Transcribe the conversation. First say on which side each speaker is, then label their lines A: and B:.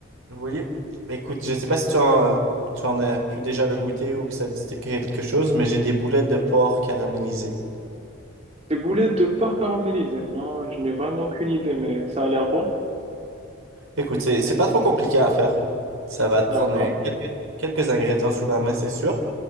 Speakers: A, on the right; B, on the right.
A: oui, écoute, je sais pas si tu en, tu en as pu déjà le goûter ou que ça te dit quelque chose, mais j'ai des boulettes de porc caramélisées.
B: Des boulettes de porc caramélisées. Non, je n'ai vraiment aucune idée, mais ça a l'air bon.
A: Écoute, c'est, c'est pas trop compliqué à faire. Ça va te prendre
B: D'accord.
A: euh, quelques, quelques ingrédients sous la main, c'est sûr,